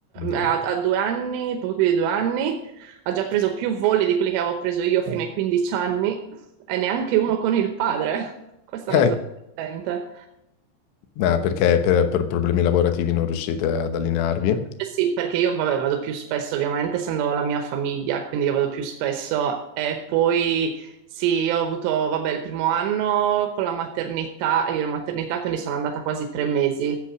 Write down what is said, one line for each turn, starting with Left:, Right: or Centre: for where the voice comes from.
Left: ok.
Right: ha,
Left: <laughs>
Right: ha due anni, poco più di due anni, ha già preso più voli di quelli che avevo preso io fino ai 15 anni e neanche uno con il padre. <laughs> Questa
Left: Eh,
Right: è la cosa divertente.
Left: ma perché per, per problemi lavorativi non riuscite ad allinearvi?
Right: Eh Sì, perché io vabbè, vado più spesso, ovviamente, essendo la mia famiglia, quindi io vado più spesso. E poi sì, io ho avuto, vabbè, il primo anno con la maternità, io ero in maternità, quindi sono andata quasi tre mesi.